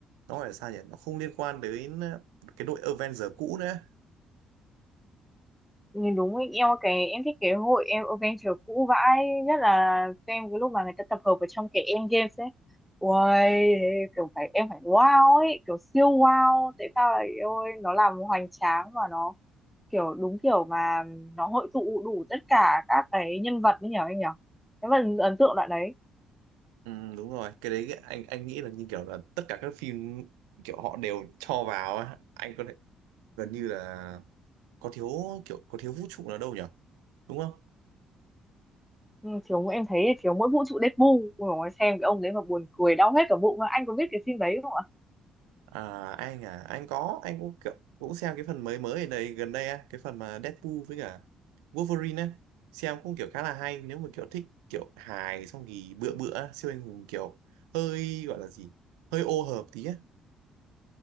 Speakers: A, on the right; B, in the centre.
A: nó gọi là sao nhỉ nó không liên quan đến ờ, cái đội Avenger cũ nữa
B: Nhìn đúng ý, em cái em thích cái hội em adventure cũ vãi nhất là xem cái lúc mà người ta tập hợp ở trong cái Endgames ấy Uầy, kiểu phải em phải wow ấy kiểu siêu wow tại sao lại ôi nó làm hoành tráng và nó kiểu đúng kiểu mà nó hội tụ đủ tất cả các cái nhân vật ấy nhở anh nhở cái phần ấn tượng đoạn đấy
A: ừ, đúng rồi cái đấy anh anh nghĩ là như kiểu là tất cả các phim kiểu họ đều cho vào á anh có thể gần như là có thiếu kiểu có thiếu vũ trụ nào đâu nhỉ đúng không
B: ừ, thiếu em thấy thiếu mỗi vũ trụ Deadpool Ui dồi ôi, xem cái ông đấy mà buồn cười đau hết cả bụng anh có biết cái phim đấy không ạ
A: À, anh à, anh có, anh cũng kiểu, cũng xem cái phần mới mới ở đây gần đây á, cái phần mà Deadpool với cả Wolverine á, xem cũng kiểu khá là hay nếu mà kiểu thích kiểu hài xong thì bựa bựa á, siêu anh hùng kiểu hơi gọi là gì, hơi ô hợp tí á.